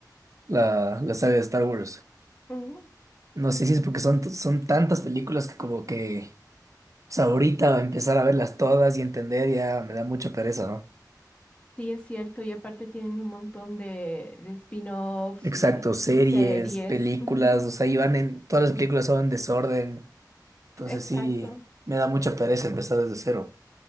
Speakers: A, on the right (about 50°); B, on the left (about 20°).
A: la, la saga de Star Wars.
B: ujú.
A: No sé si es porque son, son tantas películas que como que, o sea, ahorita empezar a verlas todas y entender ya me da mucha pereza, ¿no?
B: Sí, es cierto, y aparte tienen un montón de, de spin-offs
A: Exacto,
B: y
A: series,
B: series.
A: películas,
B: ujú,
A: o sea, iban en, todas las películas son en desorden. Entonces
B: Exacto.
A: sí, me da mucha pereza empezar desde cero.